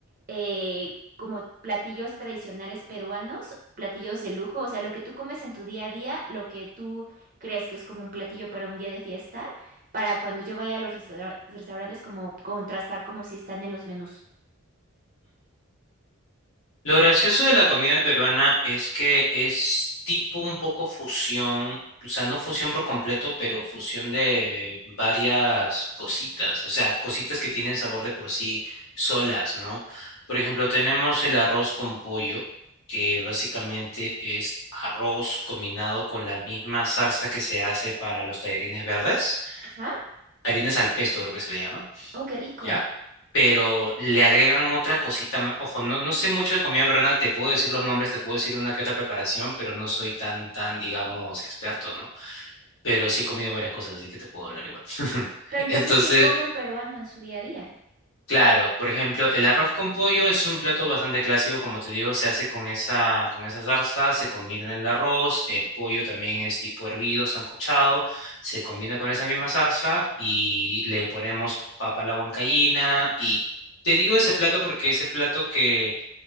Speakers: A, on the right; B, on the left.
A: eh, como platillos tradicionales peruanos platillos de lujo, o sea, lo que tú comes en tu día a día, lo que tú crees que es como un platillo para un día de fiesta, para cuando yo vaya a los restaura- restaurantes como contrastar como si están en los menús.
B: Lo gracioso de la comida peruana es que es tipo un poco fusión, o sea, no fusión por completo, pero fusión de varias cositas, o sea, cositas que tienen sabor de por sí solas, ¿no? Por ejemplo, tenemos el arroz con pollo, que básicamente es arroz combinado con la misma salsa que se hace para los tallarines verdes,
A: Ajá.
B: tallarines al pesto creo que se le llama.
A: Oh, qué rico.
B: ¿ya? Pero le agregan otra cosita más. Ojo, no, no sé mucho de comida peruana, te puedo decir los nombres, te puedo decir una que otra preparación, pero no soy tan, tan, digamos, experto, ¿no? Pero sí he comido varias cosas, así que te puedo hablar igual. <laughs>
A: Pero entonces,
B: Entonces,
A: ¿qué comen peruano en su día a día?
B: Claro, por ejemplo, el arroz con pollo es un plato bastante clásico, como te digo, se hace con esa, con esa salsa, se combina en el arroz, el pollo también es tipo hervido, sancochado, se combina con esa misma salsa y le ponemos papa a la huancaína y te digo ese plato porque es el plato que